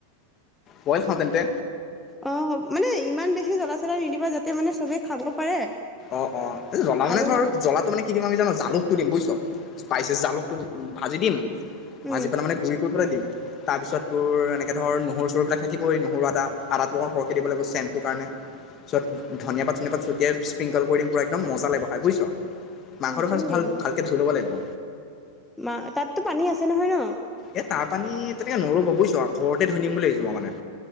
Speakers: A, on the left; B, in the centre.
A: বইল খাওঁ তেন্তে
B: আহ মানে ইমান বেছি জ্বলা নিদিবা যাতে মানে চবে খাব পাৰে।
A: অ অ জ্বলা মানে
B: আৰু
A: ধৰ জ্বলাটো মানে কি দিম আমি জানো জালুকটো দিম বুইছ, স্পাইচেছ জালকটো ভাজি দিম? ভাজি
B: উম
A: পেলাই মানে গুৰি কৰি পেলাই দিম। তাৰপিছত তোৰ এনেকৈ ধৰ নহৰু চৰুবিলাক থাকিবই নহৰু আদা আদাটো মৰ সৰকৈ দিব লাগিব চেণ্টৰ কাৰণে তাৰিছ ধুনীয়া পাত চনিয় পাত ছটিয়াই স্প্ৰিংকল কৰি দিম পুৰা একদম মজা লাগিব খাই হয় বুজছ। মাংসটো
B: অ
A: ফাৰ্ষ্ট
B: লাগিব
A: ভাল ভালকে ধুই ল'ব লাগিব।
B: মা তাতো পানী আছে নহয় ন?
A: এই তাৰ পানী তেনেকে নলব বুইছ ঘৰতে ধুই নিম বুলি ভাবছো মই মানে।